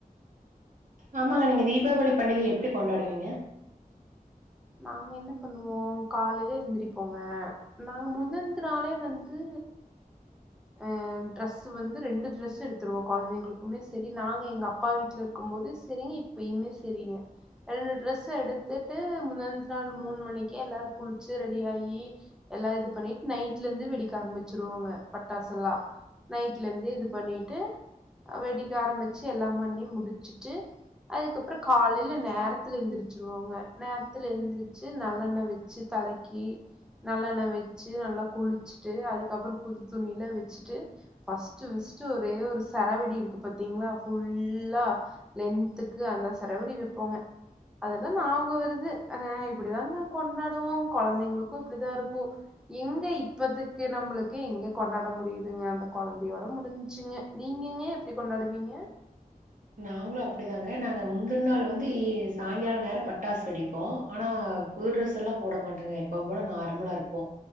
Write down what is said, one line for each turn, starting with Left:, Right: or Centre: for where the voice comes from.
Right: ஆமாங்க நீங்க தீபாவளி பண்டிகை எப்டி கொண்டாடுவீங்க
Centre: நாங்க என்ன பண்ணுவோ காலேல எந்திரிப்போங்க நாங்க முந்தனத்து நாளே வந்து ஆ டிரஸ் வந்து ரெண்டு ட்ரெஸ் எடுத்துருவோ கொழந்தைகளுக்குமே செரி நாங்க எங்க அப்பா வீட்ல இருக்கும் போது செரிங்க இப்பயுமே செரிங்க ரெண்டு டிரெஸ் எடுத்துட்டு முந்தனத்து நாள் மூணு மணிக்கே எல்லாரு குளிச்சி ரெடி ஆயி எல்லா இது பண்ணிட்டு நைட்ல இருந்து வெடிக்க ஆரமிச்சிருவோங்க பட்டாசெல்லா நைட்ல இருந்து இது பண்ணிட்டு வெடிக்க ஆரமிச்சி எல்லா பண்ணி முடிச்சிட்டு அதுக்கப்ரோ காலேல நேரத்துல எந்திரிச்சிருவோங்க நேர நேரத்துல எழுந்திரிச்சு நல்லெண்ண வச்சு தலைக்கி நல்லெண்ண வச்சி நல்ல குளிச்சிட்டு அதுக்கப்ரோ புது துணியில வெச்சிட்டு ஃபஸ்ட்டு ஃபஸ்ட்டு ஒரே ஒரு சரவடி இருக்கு பாத்தீங்ளா புல்லா லென்த்துக்கு அந்த சரவடி வைப்போங்க அதெல்லா ஞாபகம் வருது அ இப்டிதாங்க கொண்டாடுவோ கொழந்தைங்களுக்கு இப்படிதா இருக்கு எங்க இப்பத்துக்கு நம்மளுக்கு எங்க கொண்டாட முடியுதுங்க அந்த கொழந்தையோட முடிஞ்சிங்க நீங்கங்க எப்டி கொண்டாடுவீங்க
Right: நாங்களு அப்டிதாங்க நாங்க முந்தன நாள் வந்து ஏ சாய்ங்கால நேரௌ பட்டாசு வெடிப்போ அனா புது ட்ரெஸ் எல்லா போட மாட்டோங்க எப்பவு போல நார்மலா இருப்போ